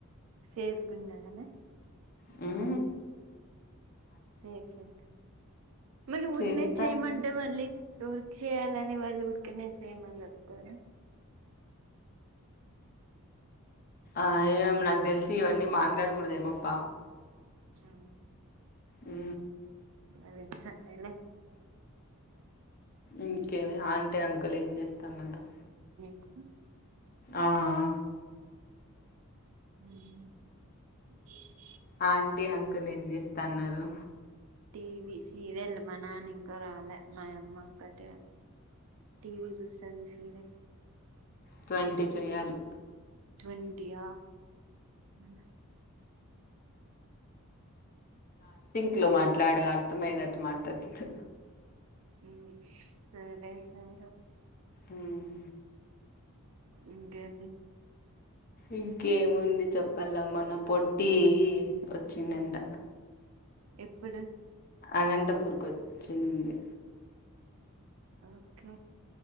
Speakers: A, on the right (about 65°); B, on the left (about 40°).
A: సేఫ్ గుండాలన
B: హు
A: సేఫ్ అ మళ్ళీ ఊన్
B: చేస్తాను
A: నేం చేయమంటే వళ్ళీ ఎరికిచేయాలని వాళ్ళు ఊరికనే చేయమని చెప్తార
B: ఆ ఎం నాకు తెలిసి ఇవన్నీ మాట్లాడకూడదేమోప్ప
A: ఆ
B: ఉ
A: అదే సరే లే
B: ఇంకేమి ఆంటి అంకుల్ ఏం చేస్తన్నారు
A: అ
B: ఆ ఆ
A: మ
B: ఆంటీ అంకుల్ ఏం చేస్తాన్నారు
A: టీవీ సీరియల్ మన నాన ఇంక రాలే మా యమ్మ ఒక్కటే టీవీ చూసాంది సీరియల్
B: ట్వంటి చేయ్యలి
A: ట్వంటి ఆ హ
B: ట్లో మాట్లాడు అర్థమయ్యేతట్టు మాట్లాడ్ త్
A: ఊహ్మ్ సదే సరే
B: ఊమ్
A: ఇంకేమి
B: ఇంకేముంది చెప్పాలమ్మ న పొట్టి వచ్చిందంట
A: ఎప్పుడు
B: అనంతప్ పూర్ కోచ్చింది
A: ఓకే